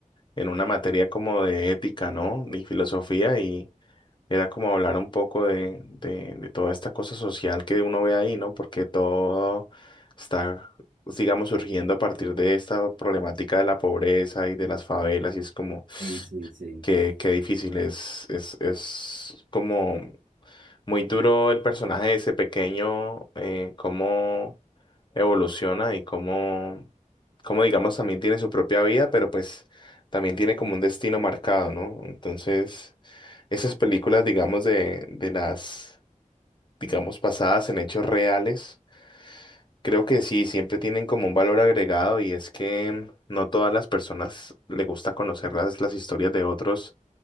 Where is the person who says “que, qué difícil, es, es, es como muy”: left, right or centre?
Left